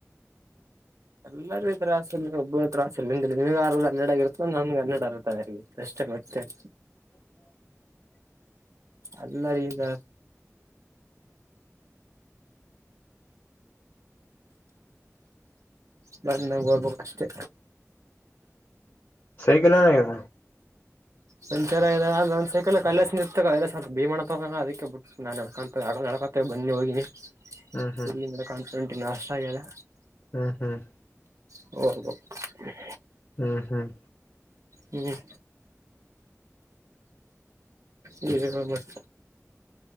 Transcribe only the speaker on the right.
ಎಲ್ಲರಿಗು ತ್ರಾಸ ಇಲ್ಲ ಒಬ್ಬರು ತತ್ರಾಸ ಇಲ್ಲಂದ್ರೆ ನಿನಗ ಹರದ ಹನ್ಯಾಡ್ ಆಗಿರುತ್ತ ನನ್ಗೆ ಹರದ ಹಾನ್ಯಾಡ್ ಆಗಿರ್ತೇತಿ ಅಷ್ಟೆ. ಮತ್ತೇನ.
ಅಲ್ಲಾ ರೀ ಇದ. ನ ನಗ ಹೋಗ್ಬೇಕ ಅಷ್ಟೆ.
ಸಂಚಂದ ಸೈಕಲ್ ಕಲ ನಿತ ಭೀಮ ಅದಕ್ಕೆ ಬಿಟ್ಟ ನಾ ನಕಂತ. ಪಾತ್ರೆ ಬನ್ನಿ ಹೋಗಿನಿ
ಇಲ್ಲಿಂದನ ಕಾನ್ಫಿಡೆಂಟ್ ಇನ್ನು ಅಷ್ಟ ಆಗ್ಯದೆ.
<inaudible>
ಹ್ಮ್. ನೀವೇ ಹೇಳಬೇಕ.